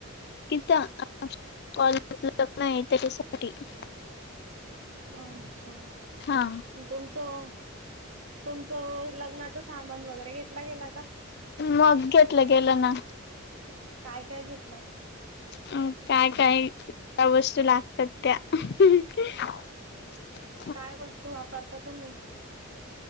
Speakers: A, on the left (about 50°); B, on the right (about 80°).
A: <unintelligible>
B: अच्छा,
A: हा
B: तुमचं तुमचं लग्नाचं सामान वगैरे घेतला गेला का?
A: मग, घेतलं गेलं ना.
B: काय काय घेतलं?
A: अ काय-काय वस्तू लागतात त्या <unintelligible> <unintelligible>
B: काय वस्तू वापरता तुम्ही?